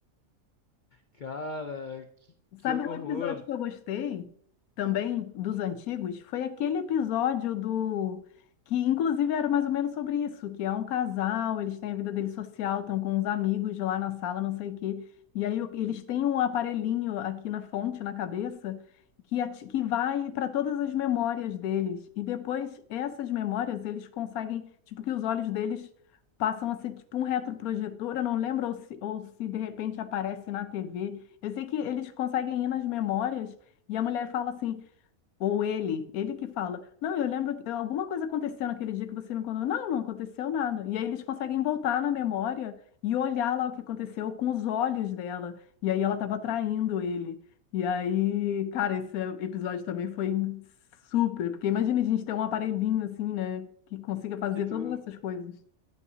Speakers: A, on the left; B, on the left.
A: Cara, que, que
B: Sabe
A: horror.
B: um episódio que eu gostei também dos
A: De-
B: antigos? Foi aquele episódio do que inclusive era mais ou menos sobre isso, que é um casal, eles têm a vida deles social, estão com uns amigos lá na sala, não sei o quê. E aí o- eles têm um aparelhinho aqui na fonte, na cabeça, que, ati- que vai para todas as memórias deles. E depois essas memórias eles conseguem, tipo, que os olhos deles passam a ser tipo um retroprojetor, eu não lembro ou se, ou se de repente aparece na TV eu sei que eles conseguem ir nas memórias e a mulher fala assim, ou ele, ele que fala, não, eu lembro que alguma coisa aconteceu naquele dia que você me contou. Não, não aconteceu nada. E aí eles conseguem voltar na memória e olhar lá o que aconteceu com os olhos dela. E aí ela estava traindo ele. E aí, cara, esse episódio também foi super, porque imagina a gente ter um aparelhinho assim, né, que consiga fazer
A: Que tu,
B: todas essas coisas.